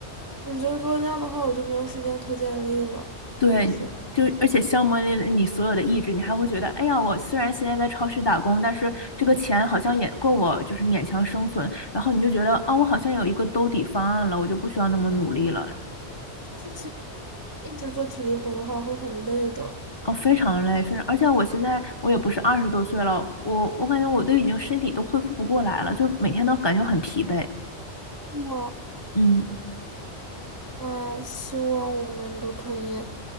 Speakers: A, on the right; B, on the left.
A: 我觉得如果那样的话，我就没有时间投简历了，
B: 对，
A: 确实。
B: 就而且消磨了你所有的意志，你还会觉得，哎呀，我虽然现在在超市打工，但是这个钱好像也够我就是勉强生存，然后你就觉得，啊，我好像有一个兜底方案了，我就不需要那么努力了。
A: 但是其实一直做体力活的话会很累的。
B: 哦，非常累，非常，而且我现在我也不是二十多岁了，我我感觉我都已经身体都恢复不过来了，就每天都感觉很疲惫。
A: 是吗？
B: 嗯。
A: 啊，希望我们都可以